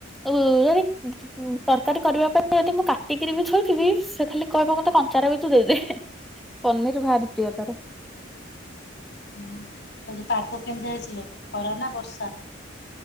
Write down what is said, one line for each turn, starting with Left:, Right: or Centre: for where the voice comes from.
Centre: ଅ ଯଦି ଉଁ ତରକାରୀ କରିବା ପାଇଁ ଯଦି ମୁଁ କାଟିକିରି ବି ଥୋଇଥିବି ସେ ଖାଲି କହିବ ମତେ କଞ୍ଚାରେ ବି ତୁ ଦେଇଦେ। ପନିର ଭାରି ପ୍ରିୟ ତାର।
Left: ହୁଁ ଆଜି ପାଗ କେମିତି ହେଇଚି ଲୋ ଖରା ନା ବର୍ଷା?